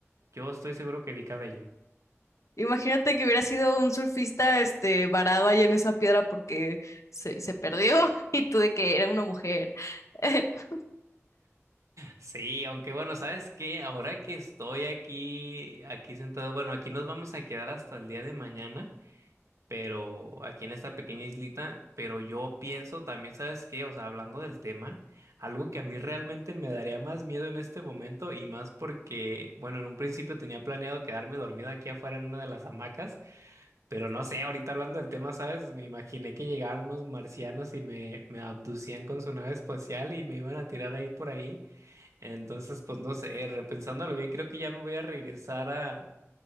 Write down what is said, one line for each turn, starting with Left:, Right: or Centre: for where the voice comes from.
Right: Yo estoy seguro que vi cabello.
Left: Imagínate que hubiera sido un surfista, este, varado ahí en esa piedra porque se, se perdió <laughs> y tú de que era una mujer. <laughs>
Right: Sí, aunque bueno, ¿sabes qué? Ahora que estoy aquí, aquí sentado, bueno, aquí nos vamos a quedar hasta el día de mañana, pero aquí en esta pequeña islita, pero yo pienso también, ¿sabes qué? O sea, hablando del tema, algo que a mí realmente me daría más miedo en este momento y más porque, bueno, en un principio tenía planeado quedarme dormido aquí afuera en una de las hamacas, pero no sé, ahorita hablando del tema, ¿sabes? Me imaginé que llegaron unos marcianos y me, me abducían con su nave espacial y me iban a tirar ahí por ahí. Entonces, pues no sé, repensándolo bien, creo que ya me voy a regresar a,